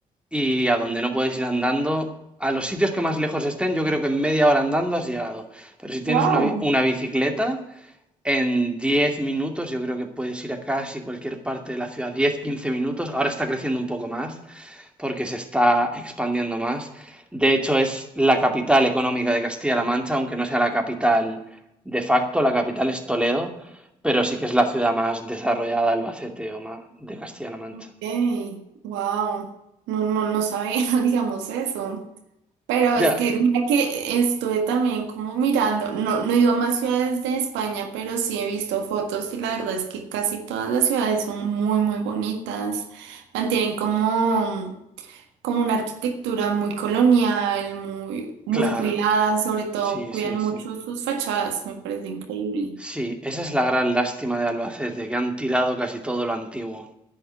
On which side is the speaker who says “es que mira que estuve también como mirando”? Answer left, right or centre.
Right